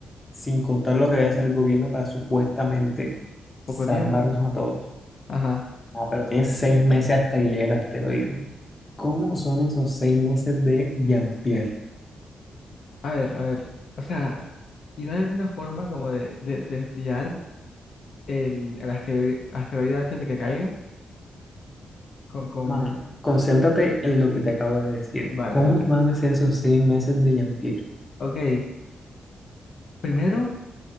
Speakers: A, on the left (about 20°); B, on the left (about 55°).
A: sin contar lo que vaya a hacer el gobierno para supuestamente
B: Poco
A: salvarnos
B: tiempo.
A: a todos.
B: Ajá.
A: Ah, pero tienes seis meses hasta que llegue el asteroide. ¿Cómo son esos seis meses de Jean-Pierre?
B: A ver, a ver. O sea, ¿y no hay alguna forma como de, de- desviar el, el asteroide, asteroide antes de que caiga? Con, con...
A: Man, concéntrate en lo que te acabo de decir.
B: Vale,
A: ¿Cómo
B: vale.
A: van a ser esos seis meses de Jean-Pierre?
B: Ok. Primero,